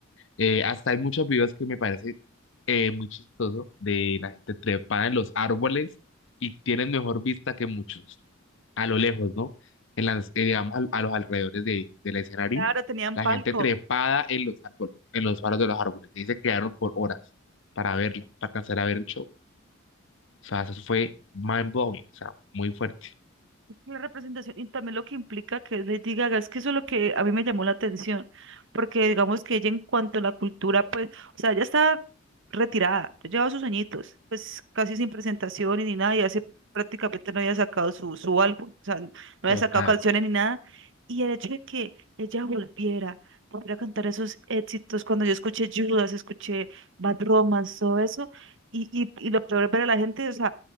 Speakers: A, on the left (about 65°); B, on the right (about 65°).
A: Eh, hasta hay muchos videos que me parece eh, muy chistoso de la gente trepada en los árboles y tienen mejor vista que muchos a lo lejos, ¿no? En las, eh, digamos, al- a los alrededores de, del escenario,
B: Claro, tenían
A: la
B: palco.
A: gente trepada en los árboles, en los faros de los árboles, y se quedaron por horas para verla, para alcanzar a ver el show. O sea, eso fue mind blowing, o sea, muy fuerte.
B: La representación y también lo que implica que es Lady Gaga, es que eso es lo que a mí me llamó la atención, porque digamos que ella en cuanto a la cultura, pues, o sea, ella está retirada, ya lleva sus añitos, pues casi sin presentaciones ni nada, y hace prácticamente no había sacado su, su álbum, o sea, no había
A: Total.
B: sacado canciones ni nada, y el hecho de que ella volviera, volviera a cantar esos éxitos, cuando yo escuché Judas, escuché Bad Romance, todo eso, y, y, y lo peor es ver a la gente, o sea,